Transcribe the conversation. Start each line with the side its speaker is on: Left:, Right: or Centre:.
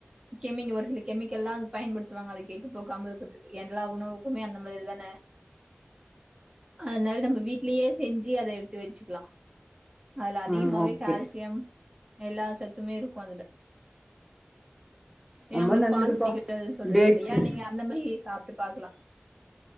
Right: கெமிங் ஒரு சில கெமிக்கல்லா அது பயன்படுத்துவாங்க அத கெட்டு போகாம இருக்குறதுகு எல்லா உணவுக்குமே அந்த மாதிரி தான அதனால நம்ம வீட்லயே செஞ்சு அத எடுத்து வச்சுக்கலா அதுல அதிகமாவே
Centre: ம் ஓகே
Right: கால்சி யம் எல்லா சத்துமே இருக்கு அதுல
Centre: ரொம்ப
Right: ஏன் உங்களுக்கு
Centre: நல்லதுப்பா
Right: பால் பிடிக்கா து சொல்றீங்கள
Centre: டேட்ஸு
Right: இல்லையா நீங்க அந்த மாரி சாப்ட்டு பாக்கலா